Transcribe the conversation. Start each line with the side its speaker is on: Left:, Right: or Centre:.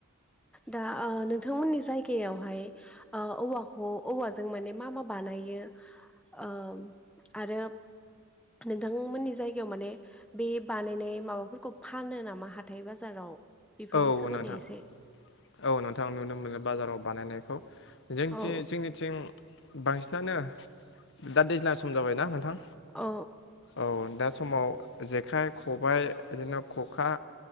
Centre: दा ओ नों थांमोननि जायगायावहाय ओ औवाखौ औवाजों माने मा मा बानायो ओम आरो नोंथांमोननि जायगायाव माने बे बानायनाय माबाफोरखौ फानो नामा हाथाय बाजाराव बेफोरनि
Left: औ
Centre: सोमोन्दै
Left: नोंथां
Centre: एसे
Left: औ नोंथां नुनो मोनो बाजाराव बानायनायखौ जोंथि
Centre: औ
Left: जोंनिथिं बांसिनानो दा दैज्लां सम जाबायना नोंथां
Centre: औ
Left: औ दास खमाव जेखाइ खबाय इदिनो खखा